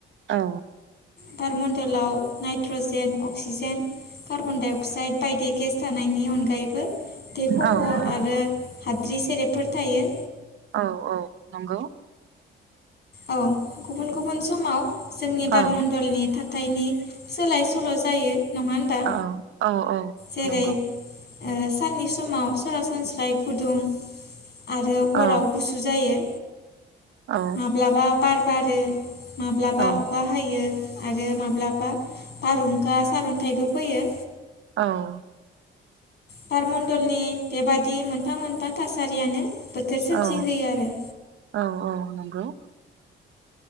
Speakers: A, on the right (about 75°); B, on the left (about 60°).
A: औ
B: बारमडलाव nitrogen oxygen carbon dioxide बायदि गेस थानायानायनि अनगायैबो दै खफ'
A: औ
B: आरो हाद्रि सेरेबफोर थायो।
A: औ औ नंगौ
B: औ गुबुन गुबुन समाव जोंनि बारमण्डलनि
A: औ
B: थाथ थायनि सोलाय सोल' जायो नङा होनबा
A: औ औ औ
B: जेरै
A: नंगौ
B: ओ साननि समाव सरासनस्राय गुदुं आरो हराव
A: औ
B: गुसु जायो।
A: औ
B: माब्लाबा बार बारो माब्लाबा
A: औ
B: अखा हायो आरो माब्लाबा बारहुंखा सारन्थाइबो फैयो।
A: औ
B: बारमण्डलनि बेबादि मोनफा मोनफा थासारियानो बोथोर सोमजि
A: औ
B: होयो आरो।
A: औ औ नंगौ